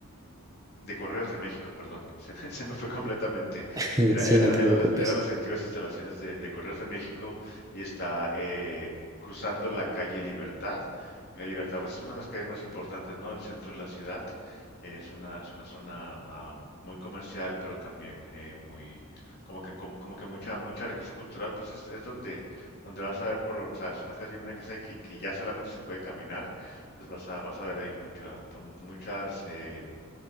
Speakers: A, on the left; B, on the right.
A: de Correos de México, perdón, <laughs> se me, se me fue completamente.
B: <laughs>
A: Era,
B: Sí,
A: era-
B: no te
A: eran,
B: preocupes.
A: las, eran las antiguas instalaciones de, de Correos de México y está eh, cruzando la calle Libertad. La calle Libertad pues, es una de las calles más importantes, ¿no? El centro de la ciudad. Eh, Es una, es una zona ah, muy comercial, pero también eh, muy, como que, como, como que mucha, mucha riqueza cultural, pues es, es donde, donde vas a ver, por, lo- o sea, es una casa, una casa que, que ya solamente se puede caminar, entonces vas a, vas a ver ahí mucha, pues, muchas... eh,